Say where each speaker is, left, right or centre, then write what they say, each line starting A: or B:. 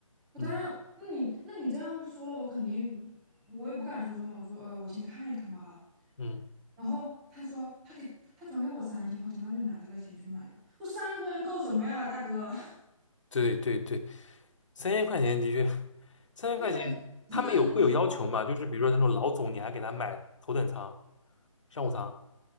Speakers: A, in the centre; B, on the left.
A: 我当然，
B: 嗯嗯，
A: 那你那你这样说了，我肯定我也不敢说什么，我说呃，我先看一看吧啊。
B: 嗯，
A: 然后他说他给他转给我三千块钱，他说你拿这个钱去买吧。我三千块钱够什么呀，大哥？
B: 对对对，三千块钱的确，
A: <laughs>
B: 三千块钱他们有会有要求嘛？
A: 对啊，一一个人的机票。
B: 就是比如说那种老总，你还给他买头等舱。商务舱